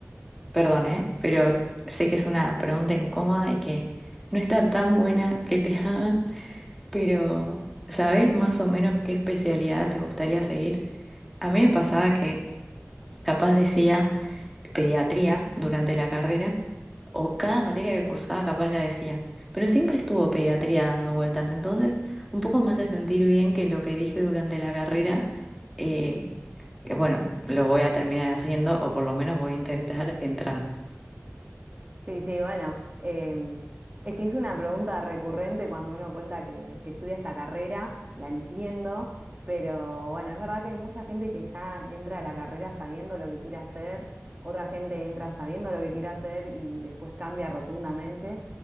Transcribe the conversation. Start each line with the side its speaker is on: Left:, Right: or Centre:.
Centre: Perdón, ¿eh? Pero sé que es una pregunta incómoda y que no está tan buena que te <laughs> hagan, pero ¿sabés más o menos qué especialidad te gustaría seguir? A mí me pasaba que capaz decía pediatría durante la carrera, o cada materia que cursaba capaz la decía, pero siempre estuvo pediatría dando vueltas, entonces un poco más de sentir bien que lo que dije durante la carrera, eh, que bueno, lo voy a terminar haciendo o por lo menos voy a intentar <laughs> entrar.
Right: Sí, sí, bueno, em, es que es una pregunta recurrente cuando uno cuenta que, que estudia esta carrera, la entiendo, pero bueno, es verdad que hay mucha gente que ya entra a la carrera sabiendo lo que quiere hacer, otra gente entra sabiendo lo que quiere hacer y después cambia rotundamente.